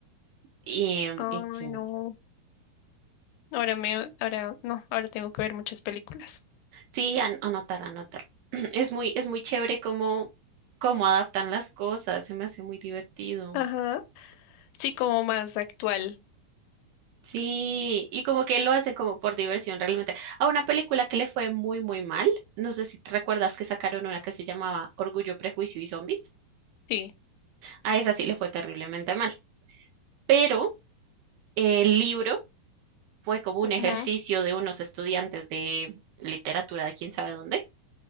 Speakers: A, on the right (about 75°); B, on the left (about 85°).
A: Y, em,
B: Ay,
A: y sí,
B: no. Ahora me, ahora, no, ahora tengo que ver muchas películas.
A: sí, an- anotar, anotar. <clears throat> Es muy, es muy chévere cómo, cómo adaptan las cosas, se me hace muy divertido.
B: Ajá. Sí, como más actual.
A: Sí, y como que lo hacen como por diversión realmente. A una película que le fue muy, muy mal, no sé si te recuerdas que sacaron una que se llamaba Orgullo, Prejuicio y Zombies,
B: Sí.
A: a esa sí le fue terriblemente mal. Pero El libro fue como
B: Ajá.
A: un ejercicio de unos estudiantes de literatura de quién sabe dónde,